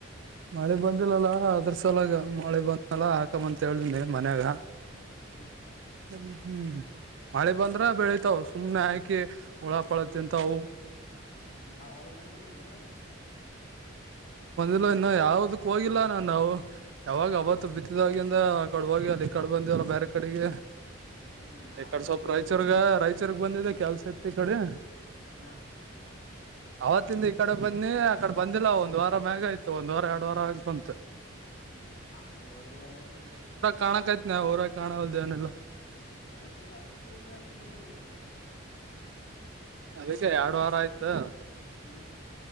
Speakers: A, on the right (about 65°); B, on the left (about 60°).
A: ಮಳೆ ಬಂದಿಲ್ಲಲ್ಲ ಅದ್ರ ಸಲಗ ಮಳೆ ಬಂದಲ್ಲ ಹಾಕಂಬಂತ ಹೇಳ್ದಿನಿ ಮನ್ಯಾಗ
B: ಹ್ಮ
A: ಹ ಹ್ಮ್ ಮಳೆ ಬಂದ್ರ ಬೆಳಿತಾವ ಸುಮ್ನೆ ಹಾಕಿ ಉಳಪಳ ತಿಂತವು
B: ಹ್ಮ್ ಅವಲ್ಲ ನೋಡ್ಕ ಬಂದಾರ ಮಿ
A: ಇಲ್ಲ ಇನ್ನು ಯಾವದಕ್ ಹೋಗಿಲ್ಲ ನಾನ್ ನಾವು ಯಾವಾಗ ಅವತ್ತು ಬಿತ್ತಿದವಾಗಿಂದ ಆ ಕಡೆ ಹೋಗಿ ಅಲ್ಲಿ ಈ ಕಡೆ ಬಂದ ಬೇರೆ ಕಡೆಗೆ
B: ಹ್ಮ್ ನಾ
A: ಈ ಕಡೆ
B: ಹೋಗಿಲ್ಪೋ
A: ಸ್ವಲ್ಪ ರಾಯಚೂರ್ಗ ರಾಯಚೂರ್ಗ್ ಬಂದಿದೆ ಕೆಲ್ಸ ಇತ್ತು ಈ ಕಡೆ
B: ಹಾ
A: ಅವತ್ತಿಂದ ಈ ಕಡೆ ಬನ್ನಿ ಆಕಡೆ ಬಂದಿಲ್ಲ ಒಂದ್ ವಾರ ಮ್ಯಾಗ ಆಯ್ತು ಒಂದ್ ವಾರ ಎರಡ ವಾರ ಆಗಕ್ ಬಂತು
B: ಹ್ಮ್ ನಾನು ಹೋಗೆ ಇಲ್ಲ ಚಕ
A: ಕಾಣಕ್ ಆ್ತ ನಾ ಅವರ ಕಾಣಲ್ದೇವನೆಲ್ಲ
B: ಹೊರಗಲ ಅದಕ್ಕೆ ಇಲ್ಲ ಅನ್ಪವ ಇಲ್ಲ ಅನ್ಪ
A: ಅದಕ್ಕೆ ಎರಡು ವಾರ ಆಯ್ತು
B: ಹ್ಮ್